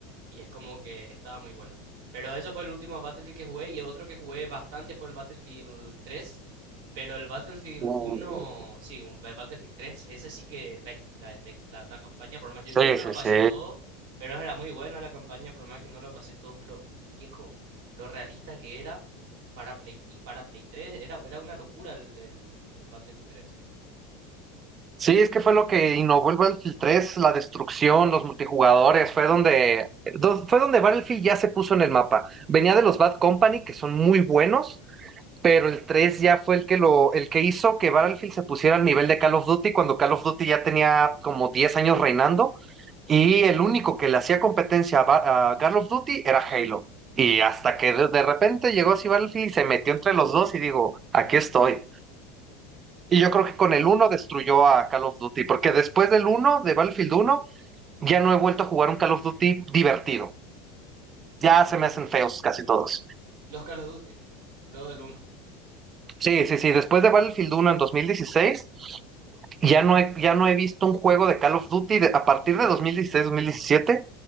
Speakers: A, on the right (about 85°); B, on the right (about 25°).
A: y es como que estaba muy buena. Pero eso fue el último Battlefield que jugué y el otro que jugué bastante fue el Battlefield tres pero el Battlefield
B: Mm,
A: uno sí, un- el Battlefield tres ese sí que la, his- la, la, his- la- la campaña, por más, yo,
B: Sí,
A: yo no
B: sí,
A: lo pasé
B: sí.
A: todo, pero era muy buena la campaña, por más que no lo pasé todo, pero viejo lo realista que era para Play y para Play 3 era, era una locura el, el, el Battlefield tres
B: Sí, es que fue lo que innovó el Battlefield 3, la destrucción, los multijugadores, fue donde, do- fue donde Battlefield ya se puso en el mapa. Venía de los Bad Company, que son muy buenos, pero el 3 ya fue el que lo, el que hizo que Battlefield se pusiera al nivel de Call of Duty, cuando Call of Duty ya tenía como 10 años reinando, y el único que le hacía competencia a, Ba- a Call of Duty era Halo. Y hasta que de, de repente llegó así Battlefield y se metió entre los dos y digo, aquí estoy. Y yo creo que con el uno destruyó a Call of Duty, porque después del uno de Battlefield uno ya no he vuelto a jugar un Call of Duty divertido. Ya se me hacen feos casi todos.
A: Los Call of Duty, luego del uno
B: Sí, sí, sí. Después de Battlefield uno en 2016, ya no he, ya no he visto un juego de Call of Duty de- a partir de 2016-2017,